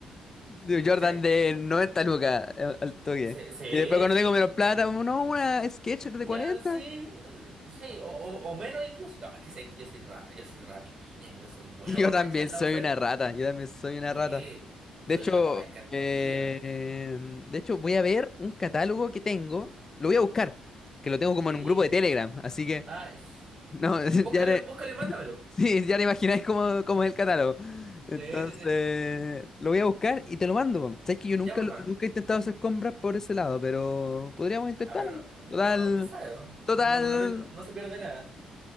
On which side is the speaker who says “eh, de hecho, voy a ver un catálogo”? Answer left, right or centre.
Left